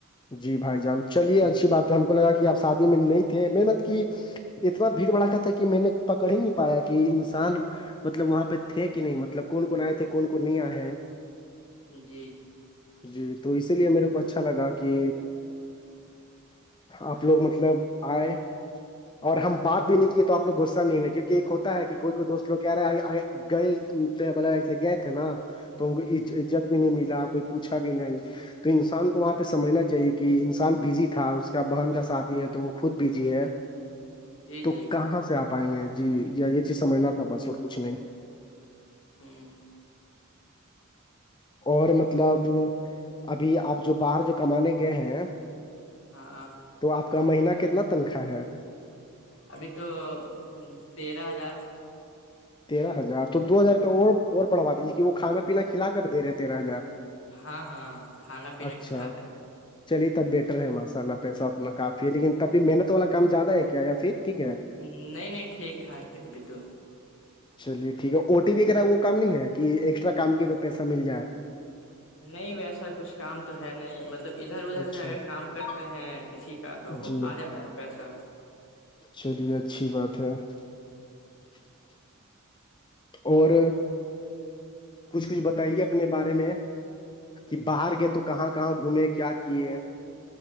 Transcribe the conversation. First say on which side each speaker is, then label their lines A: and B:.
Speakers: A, on the left (about 20°); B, on the left (about 65°).
A: جی بھائی جان چلیے اچھی بات ہے ہم کو لگا کہ آپ شادی میں نہیں تھے محنت کی اتنا بھیڑ بڑا تھا کہ میں نے پکڑ ہی نہیں پایا کہ انسان مطلب وہاں پہ تھے کہ نہیں مطلب کون کون آئے تھے کون کون نہیں آئے ہیں
B: جی جی
A: جی تو اسی لیے میرے کو اچھا لگا کہ آپ لوگ مطلب آئے اور ہم بات
B: ہ
A: بھی نہیں کیے تو آپ لوگ غصہ نہیں ہے کیونکہ ایک ہوتا ہے کہ کوئی کوئی دوست لو کہہ رہے آ گئے تھے بولے ایسے گئے تھے نا تو ہم کو عزت بھی نہیں ملا کوئی پوچھا بھی نہیں تو انسان کو وہاں پہ سمجھنا چاہیے کہ انسان بزی تھا اس کا بہن کا ساتھی ہے تو وہ خود بزی ہے
B: جی
A: تو
B: جی
A: کہاں سے آپ آئیں گے جی یہ چیز سمجھنا تھا بس اور کچھ نہیں
B: ہوں
A: اور مطلب ابھی آپ جو باہر جو کمانے گئے ہیں
B: ہاں
A: تو آپ کا مہینہ کتنا تنخواہ ہے
B: ابھی تو تیرہ ہزار
A: تیرہ ہزار تو دو ہزار تو اور بڑھوا دیجیے کہ وہ کھا پینا کھلا کر دے ہیں تیرہ ہزار
B: ہاں ہاں کھانا پینا
A: اچھا
B: کھلا کر
A: چلیے تب بیٹر ہے ماشاء اللہ پیسہ اتنا کافی ہے لیکن تبھی محنت والا کام زیادہ ہے کیا یا پھر ٹھیک ہے
B: نہیں نہیں ٹھیک ٹھاک ہے ابھی تو
A: چلیے ٹھیک ہے او ٹی پی وغیرہ وہ کام نہیں ہے کہ ایکسٹرا کام کی تو پیسہ مل جائے
B: نہیں ویسا کچھ کام تو ہے نہیں مطلب ادھر ادھر
A: اچھا
B: سے اگر کام کرتے ہیں کسی کا تو
A: جی
B: آ جاتا ہے پیسہ
A: چلیے اچھی بات ہے <inaudible> اور کچھ کچھ بتائیے اپنے بارے میں کہ باہر گئے تو کہاں کہاں گھومے کیا کیے ہیں